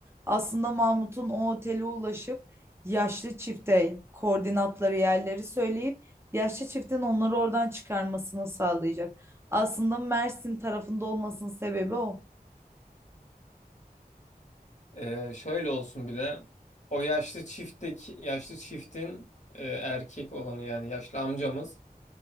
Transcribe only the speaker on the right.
Aslında Mahmut'un o otele ulaşıp yaşlı çifte koordinatları yerleri söyleyip yaşlı çiftin onları oradan çıkarmasını sağlayacak. Aslında Mersin tarafında olmasının sebebi o.